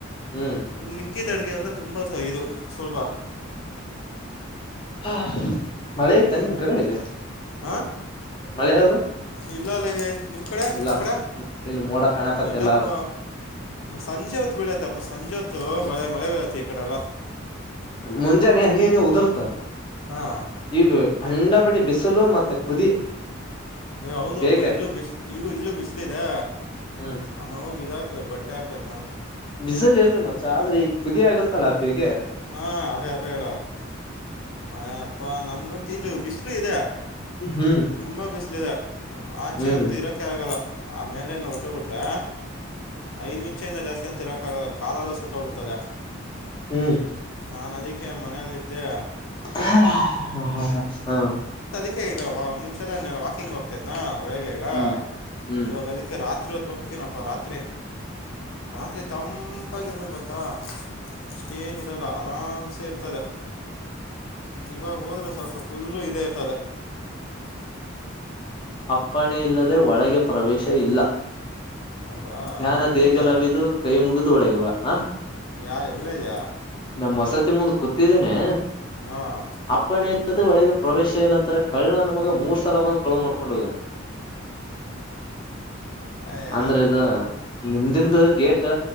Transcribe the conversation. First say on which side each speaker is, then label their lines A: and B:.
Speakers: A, on the left (about 25°); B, on the left (about 80°).
A: ಹ್ಮ್
B: ಇನ್ನು ನಿಕ್ಕಿತ ಅಡಗೆ ಎಲ್ಲ ತುಂಬಾ ಸ ಇದು ಸುಲ್ಪ
A: ಹ ಮಳೆ ಇತ ನಿಮ್ ಕಡೆ ಇಲ್ಲಿ
B: ಹ
A: ಮಳೆ ಅದು
B: ಇಲ್ಲ ಅಲ್ಲ ನಿಮ್ ಕಡೆ
A: ಇಲ್ಲ
B: ಆ ಕಡೆ
A: ಇಲ್ಲಿ ಮೋಡ ಕಾಣಕತ್ತಲ್ಲ
B: ಇಲ್ಲಪ್ಪ ಸಂಜೆ ಹೊತ್ತು ವೀಳತ್ತ ಅಪ್ಪ ಸಂಜೆ ಹೊತ್ತುಳೆ ಮಳೆ ಬೀಳತೆ ಈ ಕಡೆಲ್ಲ
A: ಮುಂಜಾನೆ ಹನಿ ಹನಿ ಉದುರ್ತಾ
B: ಹಾಂ
A: ಈಗ ಖಂಡ ಪಡಿ ಬಿಸಲು ಮತ್ತೆ ಕುದಿ
B: ಯ ಹೌದಪ್ಪಾ
A: ಬೇಗೆ
B: ಇಲ್ಲೂ ಬಿಸ್ ಈಗೂ ಇಲ್ಲೂ ಬಿಸ್ಲಿದೆ
A: ಹ್ಮ್
B: ಆಮೇ ಹೋಗಿದ ಬಟ್ಟ್ಯಾೆ
A: ಬಿಸಲ್ ಇರ್ಲಿ ಮಚ್ಚ ಆದ್ರೆ ಈಗ ಕುದಿಯ ಆಗುತ್ತಲ್ಲ ಬೇಕು
B: ಹಾ ಅೇ ಅೆ ಹೇಳ ಆ ಅಪ್ಪ ನಮ್ಗಂತ ಇಲ್ಲಿ ಬಿಸಲು ಇದೆ
A: ಹ್ಮ್
B: ತುಂಬಾ ಬಿಸ್ಲು ಇದೆ ಆಚೆ
A: ಹ್ಮ್
B: ಅಂತೂ ಇರೋಕೆ ಆಗಲ್ಲ ಆ ಮೇಲೆನ ಹೊಲ್ಟೋಗ್ಬಿಟ್ರೆ ಐದು ನಿಮಿಷದಿಂದ ಜಾಸ್ತಿ ಅಂತ ತಿರಕ್ಕಾಗಲ್ಲ ಕಾಲೆಲ್ಲ ಸುಟ್ಟೋಗ್ಬಿಡ್ತದೆ
A: ಹ್ಮ್
B: ನಾನ್ ನದಕ್ಕೆ ಮ ಮನೇಲ್ಲಿದ್ದೇ
A: ಹಾ ಹಾ ಹಾ ಹ
B: ಓಕೆ ಈಗ ಮುಂಚೆಲ ವಾಕಿಂಗ್ ಹೋಗ್ತಾ್ನಾ ಬೆಳಿಗ್ಗೆ ಈಗ
A: ಹ್ಮ್ ಹ್ಮ್
B: ಇವಾಗ ಅದಕ್ಕೆ ರಾತ್ರಿ ರಾತ್ರಿ ಹೊತ್ ಹೋಗತೀನಪ್ಪ ರಾತ್ರಿ ರಾತ್ರಿ ತಂಪಾಗಿರ್ತದ ಗೊತ್ತಾ ತಏನ್ ಲ್ಲ ಆರಾಮಸ ತದ ಇವಾಗ ಹೋದ್ರೆ ಸ್ವಲ್ಪ ಫುಲ್ು ಇ ತೇರ್ತದೆ
A: ಅಪ್ಪಣೆೆಯಲ್ಲದೆ ಒಳಗೆ ಪ್ರವೇಶ ಇಲ್ಲ
B: ಹೌದಾ
A: ್ಞಾನ
B: ಎಲ್ಲಿದ್ಯಾ
A: ದೇಗಲವಿದು ಕೈ ಮುಗಿದು ಒಳಗೆ ಬಾ ಹ
B: ಯಾ ಎಲ್ಲ ಇದೆಯಾ
A: ನಮ್ಮ ಹೊಸತಿ ಮುಂದ ಗೊತ್ತಿದ್ದೇನನೆ
B: ಹಾಂ
A: ಅಪ್ಪನೇಳಗ ಪ್ರವೇಶ ಎಲ್ಲ ನಂತರ ಕಳ್ಳ ನಮಗ ಮೂರ್ ಸಲ ಬಂದು ಕಳ್ು ಮಾಡ ಕೊುೋಗಾ
B: ಅಯ
A: ಅಂದ್ರೆ ಇದು ಮುಂದಿಂದ ಗೇಟ್